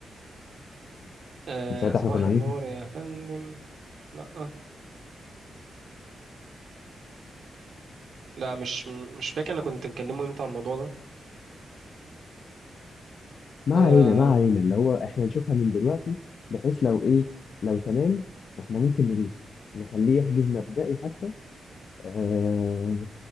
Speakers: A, on the right; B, on the left.
A: آه،
B: من ساعتها
A: صباح
B: احنا كنا
A: النور
B: عاملين
A: يا فندم لا آه. لا مش مش فاكر انا كنت مكلمه امتى على الموضوع ده
B: ما
A: اه
B: علينا ما علينا اللي هو احنا نشوفها من دلوقتي بحيث لو ايه لو تمام احنا ممكن ندوس نخليه يحجز مبدئي حتى آه